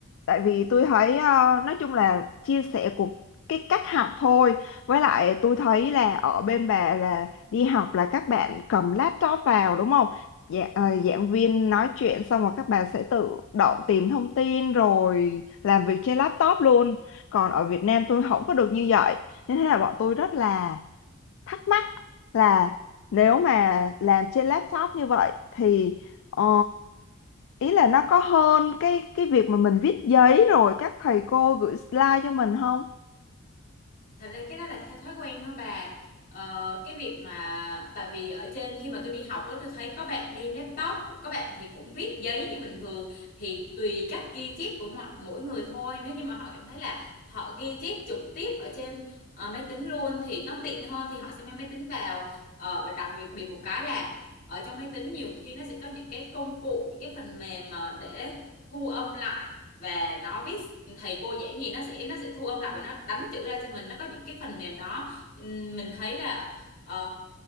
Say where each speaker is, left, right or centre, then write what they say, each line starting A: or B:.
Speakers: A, on the left; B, on the left.
A: tại vì tôi thấy ờ, nói chung là chia sẻ của cái cách học thôi với lại tôi thấy là ở bên bà là đi học là các bạn cầm laptop vào đúng không Dạ, ờ, giảng viên nói chuyện xong rồi các bạn sẽ tự động tìm thông tin rồi làm việc trên laptop luôn còn ở Việt Nam tôi không có được như vậy nên thế là bọn tôi rất là thắc mắc là nếu mà làm trên laptop như vậy thì ờ, ý là nó có hơn cái cái việc mà mình viết giấy rồi các thầy cô gửi slide cho mình không?
B: thật ra cái đó là theo thói quen thôi bà ờ, cái việc mà tại vì ở trên khi mà tôi đi học đó tôi thấy có bạn đem laptop có bạn thì cũng viết giấy như bình thường thì tùy cách ghi chép của mọi mỗi người thôi nếu như mà họ cảm thấy là họ ghi chép trực tiếp ở trên ờ, máy tính luôn thì nó tiện hơn thì họ sẽ mang máy tính vào Ờ, và đặc biệt biệt một cái là ở trong máy tính nhiều khi nó sẽ có những cái công cụ những cái phần mềm mà để thu âm lại và nó viết thầy cô dễ nhìn nó sẽ nó sẽ thu âm lại và nó đánh chữ ra cho mình nó có những cái phần mềm đó Ừm, mình thấy là ờ,